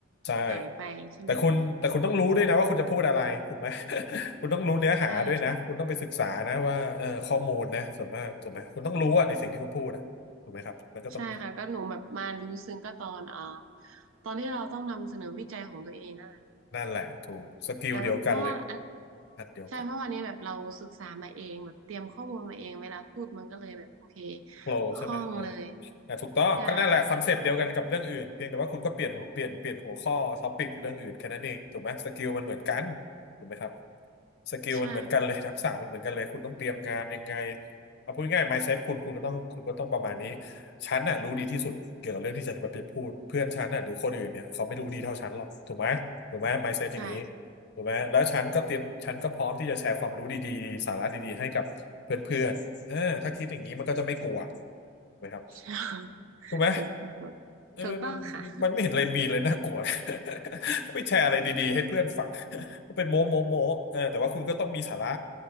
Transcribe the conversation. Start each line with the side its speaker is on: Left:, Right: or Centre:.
Left: ใช่
Right: หายไปใช่ไหมคะ
Left: แต่คุณแต่คุณต้องรู้ด้วยนะว่าคุณจะพูดอะไรถูกไหม <laughs> คุณต้องรู้เนื้อหาด้วยนะคุณต้องไปศึกษานะว่าเออข้อมูลนะส่วนมากถูกไหมคุณต้องรู้อะในสิ่งที่คุณพูดอะถูกไหมครับมันก็ต้องมี
Right: ใช่ใช่ใช่ค่ะก็หนูแบบมารู้ซึ้งก็ตอนอ่าตอนที่เราต้องนำเสนอวิจัยของตัวเองนั่นแหละ
Left: นั่นแหละถูกสกิลเดียวกันเลย
Right: แบบแบบเพราะว่าอัน
Left: อันเดียวกัน
Right: ใช่เพราะวันนี้แบบเราศึกษามาเองแบบเตรียมข้อมูลมาเองเวลาพูดมันก็เลยแบบโอเค
Left: โปรใช่ไหมเออ
Right: คล่องเลย
Left: อ่ะถูกต้องก็นั่นแหละคอนเซปต์เดียวกันกับเรื่องอื่นเพียงแต่ว่าคุณก็เปลี่ยนหัวเปลี่ยนเปลี่ยนหัวข้อท็อปิกเรื่องอื่นแค่นั้นเองถูกไหมสกิลมันเหมือนกัน
Right: ใช่แบบอืม
Left: ถูกไหมครับ สกิลมันเหมือนกันเลย
Right: ใช่
Left: <laughs> ทักษะมันเหมือนกันเลยคุณต้องเตรียมงานยังไงเอาพูดง่าย mindset คุณคุณก็ต้องคุณก็ต้องประมาณนี้ฉันน่ะรู้ดีที่สุดเกี่ยวกับเรื่องที่จะไปพูดเพื่อนฉันน่ะหรือคนอื่นเนี่ยเขาไม่รู้ดีเท่าฉันหรอกถูกไหมถูกไหม mindset อย่างนี้
Right: ใช่
Left: ถูกไหมแล้วฉันก็เตรียมฉันก็พร้อมที่จะแชร์ความรู้ดีๆสาระดีๆให้กับเพื่อนๆเออถ้าคิดอย่างนี้มันก็จะไม่กลัวถูกไหมครับ
Right: ใช่ <laughs>
Left: ถูกไหม
Right: เกิดผล
Left: เออมันมันไม่เห็นอะไรมีเลยน่ากลัว
Right: ถูกต้องค่ะ
Left: <laughs> ก็ไปแชร์อะไรดีๆให้เพื่อนฟัง <laughs> มัเป็นโม้โม้โม้เออแต่ว่าคุณก็ต้องมีสาระ